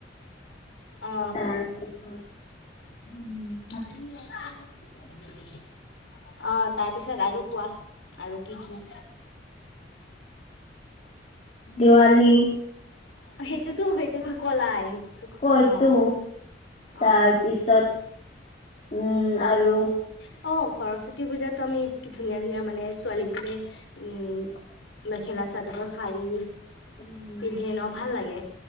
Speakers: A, on the left; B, on the left.
A: অ
B: তাৰ অ'।
A: তুমি লেতা অ', তাৰ পিছত আৰু কোৱা। আৰু কি, কি?
B: দেৱালী
A: সেইটোতো সেইটোতো কলাই সেইটোক
B: কৈছো
A: অ',
B: তাৰপিছত
A: অ',
B: উম,
A: তাৰপিছত
B: আৰু
A: অ', সৰস্বতী পূজাত আমি ধুনীয়া ধুনীয়া মানে ছোৱালীবোৰে উম, মেখেলা-চাদৰ, শাৰী
B: উম,
A: পিন্ধে ন' ভাল লাগে।